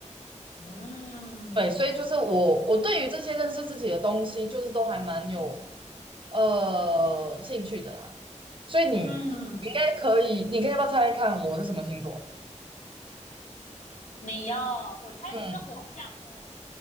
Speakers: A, on the left; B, on the right.
A: 嗯
B: <laughs> 对，所以就是我，我对于这些认识自己的东西，就是都还蛮有呃兴趣的啦，所以你你应该可以，
A: 嗯，
B: 你可以要不要猜猜看我是什么星座？
A: 你要，我猜你是火象的，
B: 嗯，